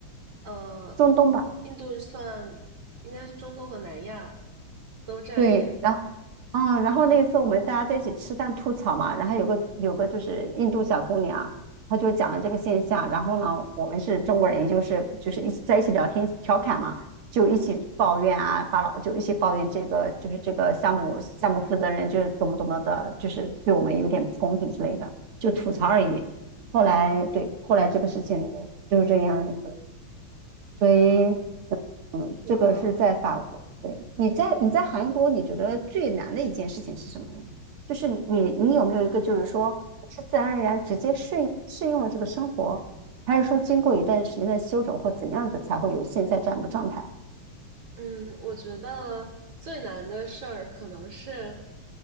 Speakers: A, on the right; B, on the right.
A: 呃，
B: 中东吧？
A: 印度算应该是中东和南亚都占一点。
B: 对，然后。啊，然后那次我们大家在一起吃饭吐槽嘛，然后有个有个就是印度小姑娘，她就讲了这个现象，然后呢，我们是中国人，也就是就是一起在一起聊天调侃嘛，就一起抱怨啊，把老就一起抱怨这个就是这个项目项目负责人就是怎么怎么的，就是对我们有点不公平之类的，就吐槽而已。
A: 嗯
B: 后来对，后来这个事情就是这样子，所以
A: 那，是的，
B: 这个是在法国。对，你在你在韩国，你觉得最难的一件事情是什么呀？就是你你有没有一个就是说是自然而然直接适应适应了这个生活，
A: 嗯。
B: 还是说经过一段时间的修整或怎样子才会有现在这样一个状态？
A: 嗯，我觉得最难的事儿可能是